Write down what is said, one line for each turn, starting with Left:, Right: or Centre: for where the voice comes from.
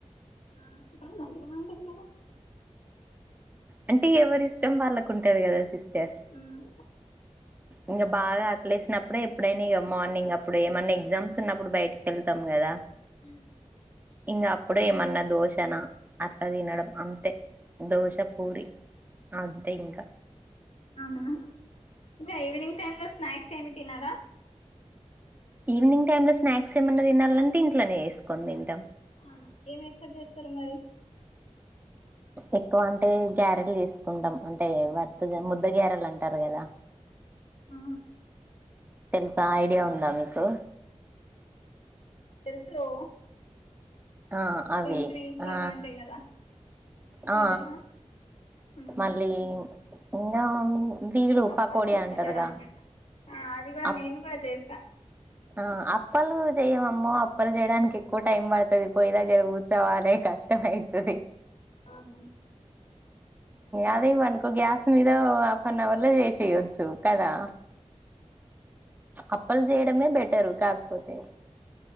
Left: ఆ, కానీ మంచిగానే ఉంటది కదా
Right: అంటే ఎవరి ఇష్టం వాళ్ళకు ఉంటేది కదా సిస్ చేస్
Left: ఉమ్,
Right: ఇంకా బాగా ఆకలేసినప్పుడే ఎప్పుడైనా ఇక మార్నింగ్ అప్పుడు ఏమన్నా ఎగ్జామ్స్ ఉన్నప్పుడు బయటికి వెళ్తాం కదా.
Left: హ్మ్మ్
Right: ఇంకా అప్పుడే ఏమన్నా దోషనా అట్లా తినడం అంతే దోశ పూరి అంతే ఇంకా
Left: అవునా ఇంగ ఈవినింగ్ టైమ్ లో స్నాక్స్ సేమిటి తినరా
Right: ఈవినింగ్ టైమ్ లో స్నాక్స్ ఏమైన్నా తినాలంటే ఇంట్లోనే చేసుకోన్ని తింటాం
Left: ఆ ఎం ఎక్కువ చేస్తరు మరి
Right: ఎక్కువ అంటే గ్యారెలు చేసుకుంటాం అంటే వాటిని ముద్ద గ్యారెలు అంటారు గదా.
Left: ఆ
Right: తెలుసా ఐడియా ఉందా మీకు
Left: తెలుసు
Right: ఆ అవి
Left: రింగ్స్ రింగ్స్
Right: ఆ
Left: లాగా ఉంటాయి కదా
Right: ఆ
Left: అదేనా ఉమ్,
Right: మళ్ళీ ఇంకా వీళ్ళు
Left: అప్పాలు
Right: పకోడి
Left: చేసుకుంటారు
Right: అంటారుగా
Left: అనుకుంటా అది కూడా
Right: అప్
Left: నేను కూడా చేస్తా కా
Right: ఆ అప్పలు చెయవమా అప్పలు చేయడానికి ఎక్కువ టైం పడతది పోయి దగ్గర కూర్చోవాలే కష్టం అయితది
Left: ఆవును
Right: అదే ఇవ్వనుకో గ్యాస్ మీద హాఫ్ అన్ అవర్ లో చేసేయవచ్చు కదా అప్పలు చేయడమే
Left: మీరు
Right: బెటరు
Left: చేస్తారా
Right: కాకపోతే
Left: మమ్మీ చేస్తారా